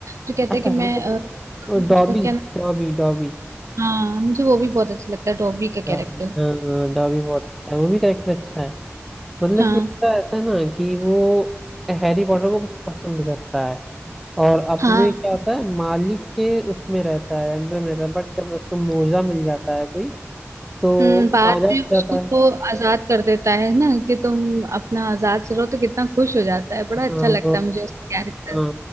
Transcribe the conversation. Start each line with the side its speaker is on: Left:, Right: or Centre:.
Right: जो कहता
Centre: अच्छा
Right: है कि मैं
Centre: वो
Right: अ,
Centre: वो डॉबी
Right: उसका क्या नाम-
Centre: डॉबी डॉबी
Right: हाँ मुझे वो भी बहुत अच्छा लगता है डॉबी का
Centre: डॉबी
Right: कैरेक्टर
Centre: हाँ हाँ, डॉबी बहुत अच्छा है वो भी करेक्टर अच्छा है मतलब
Right: हाँ
Centre: कि उसका ऐसा है ना कि वो हैरी पॉटर को बस पसंद करता है और अपने
Right: हाँ
Centre: क्या होता है मालिक के उसमें रहता है अंडर में रहता है बट जब उसको मोजा मिल जाता है कोई तो
Right: हम्म बाद
Centre: वो आजाद
Right: में
Centre: हो
Right: उसको
Centre: जाता है
Right: वो आजाद कर देता है ना कि तुम अपना आजाद से रहो तो कितना खुश हो जाता है बड़ा
Centre: हाँ
Right: अच्छा लगता
Centre: वो
Right: है मुझे उसका कैरेक्टर
Centre: हाँ